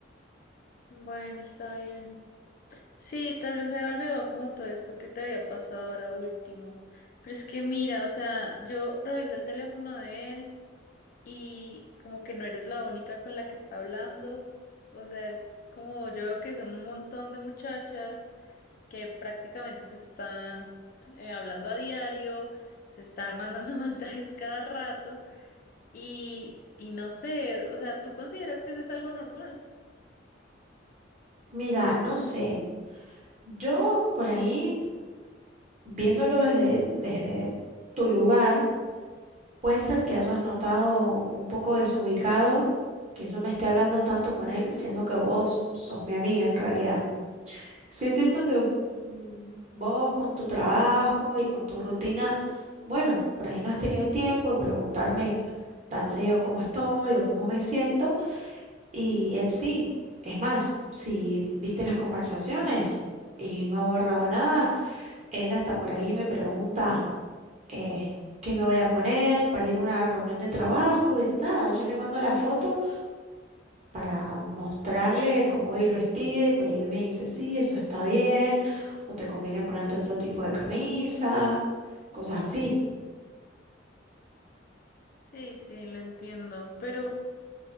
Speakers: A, on the left; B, on the right.
A: Bueno, está bien. Sí, tal vez se había olvidado como todo esto que te había pasado ahora último. Pero es que mira, o sea, yo revisé el teléfono de él y como que no eres la única con la que está hablando. O sea, es como yo veo que son un montón de muchachas que prácticamente se están eh, hablando a diario, se están mandando <laughs> mensajes cada rato y, y no sé, o sea, ¿tú consideras que eso es algo normal?
B: Mira, no sé. Yo por ahí, viéndolo desde, desde tu lugar, puede ser que hayas notado un poco desubicado que yo me esté hablando tanto con él, siendo que vos sos mi amiga en realidad. Sí es cierto que mm, vos con tu trabajo y con tu rutina, bueno, por ahí no has tenido tiempo de preguntarme tan seguido cómo estoy o cómo me siento, y él sí. Es más, si viste las conversaciones y no ha borrado nada. Él hasta por ahí me pregunta eh, qué me voy a poner para ir a una reunión de trabajo y tal. Yo le mando la foto para mostrarle cómo voy vestida y por ahí él me dice, sí, eso está bien, o te conviene ponerte otro tipo de camisa, cosas así.
A: Sí, sí, lo entiendo, pero